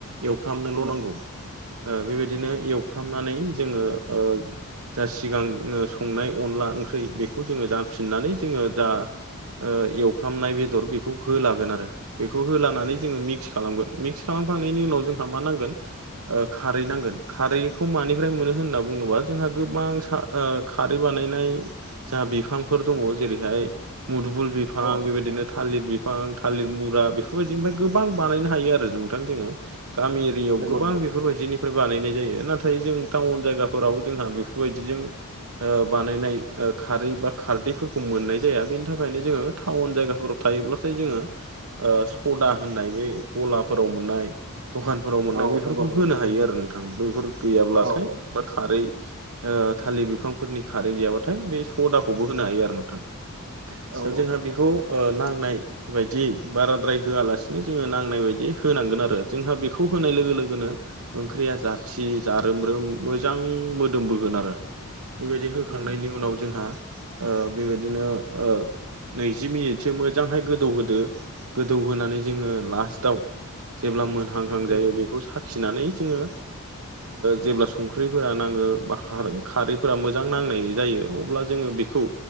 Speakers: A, on the right; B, on the right.
A: एवफ्रामनोल' नांगौ
B: नंगौ
A: बेबायदिनो एवफ्रामनानै जोङो ओ जा सिगां संनाय अनला ओंख्रि बेखौ जोङो जाफिननानै जोङो दा ओ एवफ्रामनाय बेदर बेखौ होलागोन आरो बेखौ होोलानानै जोङो मिक्स खालामगोन मिक्स खालामखांनायनि उनाव जोंहा मा नांगोन ओ खारै नांगोन खारैखौ मानिफ्राय मोनो होनना बुङोबा जोंहा गोबां सा ओ खारै बानायनाय जा बिफांफोर दङ जेरैहाय मुदबुल बि फां
B: औ
A: बेबायदिनो थालिर बिफां थालिर मुरा बेफोरबायदिनिफ्राय गोबां बानायनो हायो आरो नोंथां जोङो गामि एरियायाव
B: नंगौ
A: गोबां बेफोरबायदिनि फ्राय बानायनाय जायो नाथाय जों टाउन जायगाफोराव जोंहा बेफोरबायदिजों ओ बानायनाय खारै बा खारदैफोरखौ मोननाय जाया बेनि थाखायनो जोङो टाउन जायगाफोराव थायोब्लासो जोङो ओ सदा होननाय बे गलाफोराव मोननाय दखान फोराव मोननाय
B: औ
A: बेफोरखौ
B: नंगौ नंगौ
A: होनो हायो आरो नोंथां बेफोर गैयाब्लाथाय
B: औ औ
A: बा खारै ओ थालिर बिफांफोरनि खारै गैयाबाथाय बे सदाखौबो होनो हायो आरो नोंथां
B: औ
A: दा जोंहा बेखौ ओ नांनाय बायदियै बाराद्राय होआलासिनो जोङो नांनाय बायदियै होनांगोन आरो जोंहा बेखौ होनाय लोगो लोगोनो ओंख्रिया जाथि जारोम रोम मोजां मोदोमबोगोन आरो बेबायदि होखांनायनि
B: उम
A: उनाव जोंहा ओ बेबायदिनो ओ नैजि मिनिटसो मोजांहाय गोदौहोदो गोदौ होनोनानै जोङो लास्टाव जेब्ला मोनहांहां
B: उम
A: जायो बेखौ साखिनानै जोङो जेब्ला संख्रिफोरा नाङो बा खारैफोरा मोजां नांनाय जायो थ' अब्ला जोङो बेखौ